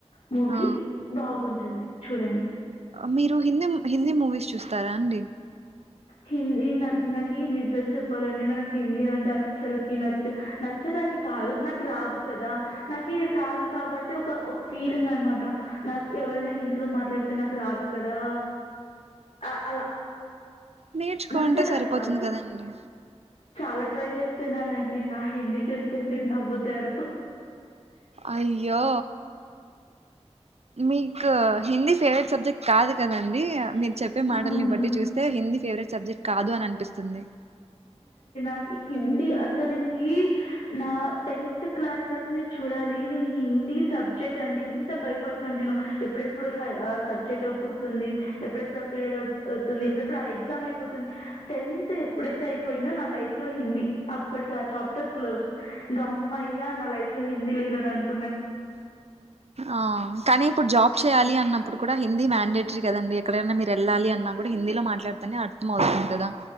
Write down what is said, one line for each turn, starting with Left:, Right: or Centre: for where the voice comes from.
Left: మూవీ
Right: ఆ
Left: బాగుంటుంది చూడండి
Right: మీరు హింద్ హిందీ మూవీస్ చూస్తారా అండి
Left: హిందీ నా నాకి నిజం చెప్పాలంటే నాకి హిందీ అంటే అస్సలుకి నచ్చా నచ్చద్ ని కాదు నాకు రాదు కదా నాకి రాదు కాబట్టి ఒక ఒక ఫీలింగ్ అనమాట నా నాకి ఎవరైనా హిందీలో మాట్లాడితే నాకు రాదు కదా ఆ అలా
Right: నేర్చుకోంటే
Left: నచ్చదని
Right: సరిపోతుంది
Left: కాదు.
Right: కదండి
Left: చాలా ట్రై చేస్తున్నానండి నా హిందీ చూస్తే మీరు నవ్వుతారు
Right: అయ్యో మీకు హిందీ ఫేవరెట్ సబ్జెక్ట్ కాదు కదండి మీ చెప్పే మాటల్ని
Left: అవును.
Right: బట్టి చూస్తే హిందీ ఫేవరెట్ సబ్జెక్ట్ కాదు అని అనిపిస్తుంది
Left: నాకి హిందీ అసలకి నా టెన్త్ క్లాస్ వరకు మీరు చూడాలి నేన్ హిందీ హిందీ సబ్జెక్ట్ అంటే ఎంత భయపడుతుంట ఎప్పుడెప్పుడు సబ్జెక్ట్ అయిపోతుంది ఎప్పుడెప్పుడు పీరియడ్ అవుపోతుంది ఎప్పుడెప్పుడు ఆ ఎగ్జామ్ అయిపోతుంది టెన్త్ ఎప్పుడైతే అయిపోయిందో నా లైఫ్ లో హిందీ అప్పటికి ఆ చాప్టర్ క్లోజ్ గమ్మయ్య నా లైఫ్ లో హిందీ లేదని అనుకు
Right: ఆ కానీ ఇప్పుడు జాబ్ చేయాలి అన్నప్పు ప్పుడు కూడా హిందీ మ్యాండేటరీదండి ఎక్కడైనా మీరు వెళ్ళాలి అన్నా కూడా హిందిలో మాట్డుతనే అర్థ మవుతుంది కదా